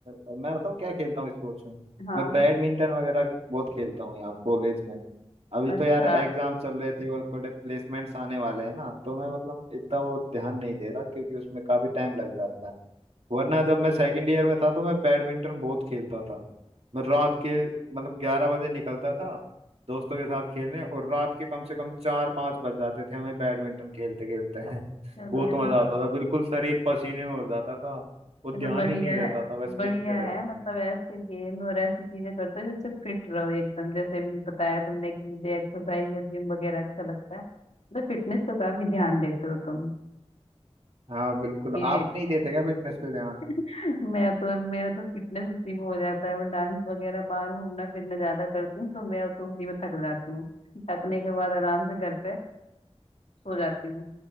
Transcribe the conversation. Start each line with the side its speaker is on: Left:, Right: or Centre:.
Right: और मैं बताऊँ क्या खेलता हूँ स्पोर्ट्स में
Left: हाँ
Right: मैं बैडमिंटन वगैरह बहुत खेलता हूँ यहाँ कॉलेज में अभी
Left: अच्छा
Right: तो यार एग्जाम चल रहे थे और थोड़े प्लेसमेंट्स आने वाले हैं ना तो मैं मतलब इतना वो ध्यान नहीं दे रहा क्योंकि उसमें काफी टाइम लग जाता है वरना जब मैं सेकंड ईयर में था तो मैं बैडमिंटन बहुत खेलता था मैं रात के मतलब ग्यारह बजे निकलता था दोस्तों के साथ खेलने और रात के कम से कम चार पांच बज जाते थे हमें बैडमिंटन खेलते खेलते <laughs>
Left: चलो
Right: बहुत
Left: ये तो
Right: मजा
Left: बहुत
Right: आता था बिल्कुल शरीर पसीने में हो जाता था वो ध्यान
Left: ये तो बढ़िया
Right: ही नहीं रहता
Left: है
Right: था बस
Left: बढ़िया
Right: खेलते रहते
Left: है मतलब
Right: थे
Left: ऐसे गेम और ऐसी चीजें करते हो जिससे फिट रहो एकदम जैसे भी बताया तुमने कि मुझे एक्सरसाइज और जिम वगैरह अच्छा लगता है तो फिटनेस तो काफी ध्यान देते हो तुम
Right: हाँ बिल्कुल
Left: ये
Right: आप नहीं देते क्या फिटनेस पे ध्यान
Left: <laughs> मैं तो मेरा तो फिटनेस उसी में हो जाता है मैं डांस वगैरह बाहर घूमना फिरना ज्यादा करती हूँ तो मैं तो उसी में थक जाती हूँ थकने के बाद आराम से घर पे सो जाती हूँ